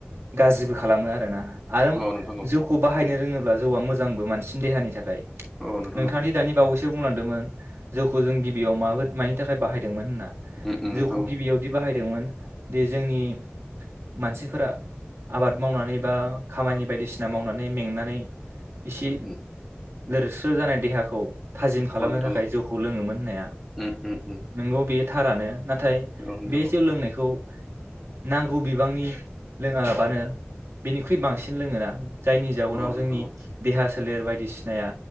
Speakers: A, on the right; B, in the centre.
A: गाज्रिबो खालामो आरोना। आरोम
B: औ नोंथां औ
A: जौखौ बाहायनो रोङो। जौआ मोजांबो मानसिनि देहानि थाखाय।
B: औ नोंथां
A: नोंथांनि
B: औ
A: दानि बावैसो बुंलांदोंमोन जौखौ जों गिबियाव मबो मानि थाखाय बाहायदोंमोन होनना।
B: उम उम
A: जौखौ
B: नोंथां औ
A: गिबियावदि बाहायदोंमोन। दि जोंनि मानसि फोरा आबाद मावनानै बा खामानि बायदिसिना मावनानै मेंनानै इसि
B: उम उम
A: लोरस्रो जानाय देहाखौ थाजिम खालामनो
B: औ नोंथां
A: थाखाय
B: औ
A: जौखौ लोङोमोन होननाया
B: उम उम उम
A: नोंगौ बे थारानो नाथाय
B: औ नोंथां
A: बे
B: औ
A: जौ लोंनायखौ नांगौ बिबांनि लोङालाबानो बिनिख्रुइ बांसिन लोङोना। जायनि जाउनाव
B: औ
A: जोंनि
B: नोंथां औ
A: देहा सो सोलेर बायदिसिनाया